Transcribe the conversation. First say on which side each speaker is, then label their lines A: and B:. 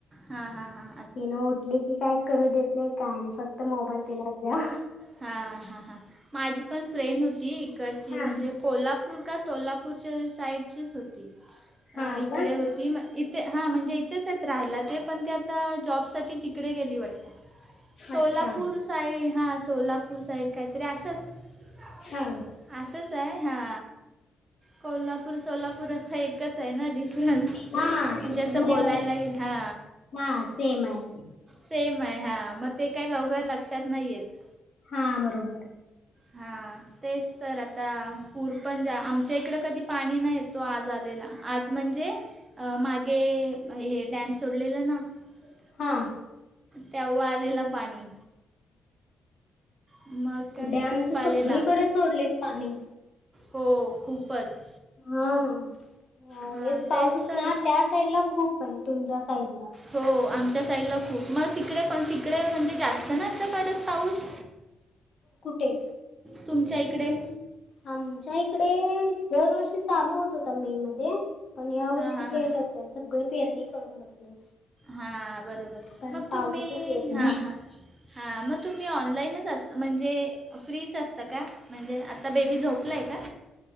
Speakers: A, on the right; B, on the left.
A: हा हा हा
B: तिनं उठली की काय करू देत नाही काय नाही आणि फक्त मोबाईल तिला द्या <unintelligible>
A: हा हा हा माझी पण फ्रेंड होती इकडची
B: हा
A: म्हणजे <unintelligible> कोल्हापूर का सोलापूरच्या साईडचीच होती
B: हा
A: इकडे
B: का
A: होती मग <unintelligible> इथे हां म्हणजे इथेच आहेत राहायला ते पण ते आता जॉबसाठी तिकडे गेली वाटतेात <unintelligible> सोलापूर
B: अच्छा
A: साईड हां सोलापूर साईड काहीतरी असंच
B: हा
A: <unintelligible> असंच आहे हा कोल्हापूर सोलापूर असा एकच आहे ना डिफरन्स
B: हा
A: ते <unintelligible> म्हणजे असं बोलायलागेल हा
B: हा सेम आहे
A: सेम आहे हां मग ते काही लवकर लक्षात नाही येत <unintelligible>
B: हम्म बरोबर
A: हां तेच तर आता पूर पण जा आमच्या इकडं कधी पाणी नाही येत तो आज आलेला आज म्हणजे <unintelligible> मागे हे ॅम सोडलेलं ना <unintelligible>
B: हां
A: तेव्हा आलेला पाणी मग काय
B: डॅमचे
A: खूप
B: सगळीकडे
A: आलेला
B: सोडलेत पाणी
A: हो खूपच
B: हा वेळेस
A: हां
B: पाऊस
A: तेच तर
B: ना त्या साईड ला खूप आहे तुमच्या साईड ला
A: हो आमच्या साईडला खूप मग तिकडे पण तिकडे म्हणजे जास्त नाही पडत पाऊस?
B: कुठे?
A: तुमच्या इकडे?
B: आमच्या इकडे दरवर्षी चालू होत होता मे मध्ये पण या वर्षी
A: हां हां हां
B: लेटच आहे सगळे पेरणी करून बसले
A: हां बरोबर
B: पण
A: मग
B: पाऊसच
A: तुम्ही
B: येत नाही
A: हां हां हा मग तुम्ही ऑनलाईनच असता म्हणजे फ्रीच असतां का? म्हणजे आता बेबी झोपलाय का?